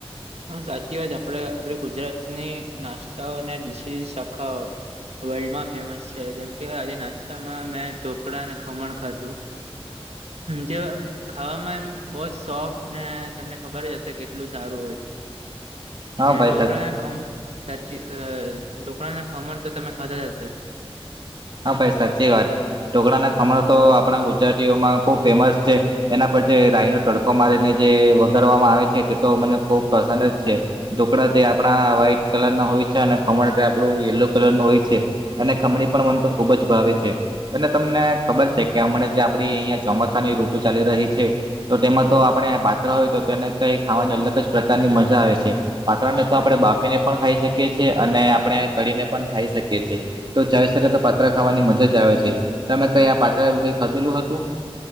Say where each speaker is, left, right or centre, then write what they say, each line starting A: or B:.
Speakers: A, on the right (about 85°); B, on the right (about 45°).
A: હા સાચી વાત છેઆપણે આપડી ગુજરાતની નાસ્તાઓ અને ડીશીશ આખા વર્લ્ડમાં ફેમસ છે જેમ કે આજે નાસ્તામાં મેં ઢોકળા અને ખમણ ખાધું જે ખાવામાં એમ બહુ જ સોફ્ટ ને તમને ખબર જ હશે કેટલું સારું હોય
B: હા
A: ને
B: ભાઈ
A: ઢોકળાને
B: સાહેબ
A: ખમણ સાચી અ ઢોકળાને ખમણ તો તમે ખાધા જ હશે.
B: હા ભાઈ સાચી વાત ઢોકળાના ખમણ તો આપણા ગુજરાતીઓમાં ખૂબ ફેમસ છે. એના પર જે રાહી નો તડકો મારીને જે વઘારવામાં આવે છે તે તો મને ખુબ પસંદ જ છે. ઢોકળાં તો આપણા વ્હાઈટ કલર ના હોય છે અને ખમણ તે આપણું યલો કલર નું હોય છે અને ખમણી પણ મન તો ખુબ જ ભાવે છે. અને તમને ખબર છે કે હમણાં જે આપડી અહિયાં ચોમાસાની ઋતુ ચાલી રહી છે. તો તેમાં તો આપણે પાત્રા હોય તો તેને કઈ ખાવાની અલગ જ પ્રકારની મજા આવે છે. પાત્રા ને તો આપણે બાફીને પણ ખાઈ શકીએ છીએ અને આપણે તળીને પણ ખાઈ શકીએ છીએ. તો <unintelligible> તો પાત્રા ખાવાની મજા જ આવે છે તમે કઈ આ પાત્રા એવું કઈ ખાધેલું હતું